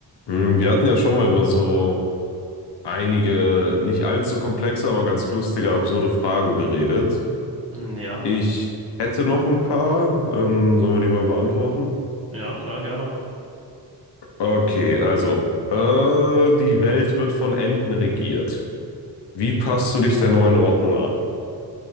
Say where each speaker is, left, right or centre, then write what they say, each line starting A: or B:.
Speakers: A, on the left; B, on the right.
A: Hm, Wir hatten ja schon mal über so einige nicht allzu komplexe, aber ganz lustige, absurde Fragen geredet.
B: Hm, Ja,
A: Ich hätte noch ein paar. Ähm, sollen wir die mal beantworten?
B: ja, klar, gerne.
A: Okay, also, äh, die Welt wird von Enten regiert. Wie passt du dich der neuen Ordnung an?